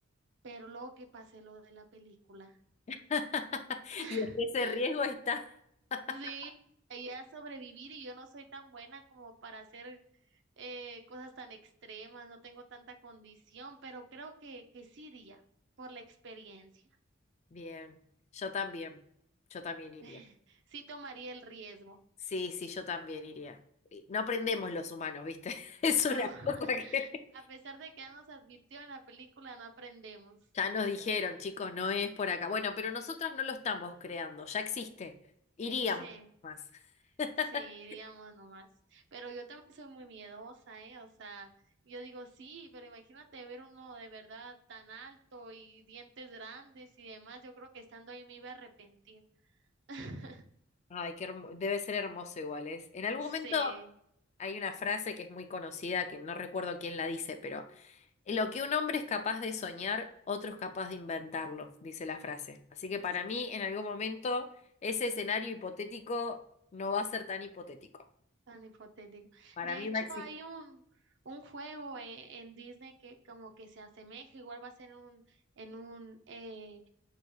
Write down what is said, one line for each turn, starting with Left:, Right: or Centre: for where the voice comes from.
Right: pero luego que pase lo de la película.
Left: <laughs>
Right: <laughs>
Left: Y es que ese riesgo está. <laughs>
Right: Sí, ella a sobrevivir y yo no soy tan buena como para hacer eh, cosas tan extremas, no tengo tanta condición, pero creo que, que sí iría por la experiencia.
Left: Bien, yo también, yo también iría.
Right: <laughs> Sí tomaría el riesgo.
Left: Sí, sí, yo también iría. No aprendemos los humanos, ¿viste? <laughs> Es
Right: No,
Left: una
Right: <laughs>
Left: cosa que...
Right: a pesar de que ya nos advirtió en la película, no aprendemos.
Left: Ya nos dijeron, chicos, no es por acá. Bueno, pero nosotras no lo estamos creando, ya existe. Iríamos
Right: Sí.
Left: más. <laughs>
Right: Sí, digamos nomás. Pero yo también soy muy miedosa, ¿eh? O sea, yo digo sí, pero imagínate ver uno de verdad tan alto y dientes grandes y demás. Yo creo que estando ahí me iba a arrepentir. <laughs>
Left: Ay, qué hermo- debe ser hermoso igual, es. En algún
Right: Sí,
Left: momento hay una frase que es muy conocida, que no recuerdo quién la dice, pero lo que un hombre es capaz de soñar, otro es capaz de inventarlo, dice la frase. Así que para mí, en algún momento, ese escenario hipotético no va a ser tan hipotético.
Right: tan hipotético.
Left: Para
Right: De
Left: mí
Right: hecho,
Left: va a existir.
Right: hay un, un juego eh, en Disney que como que se asemeja, igual va a ser un, en un eh,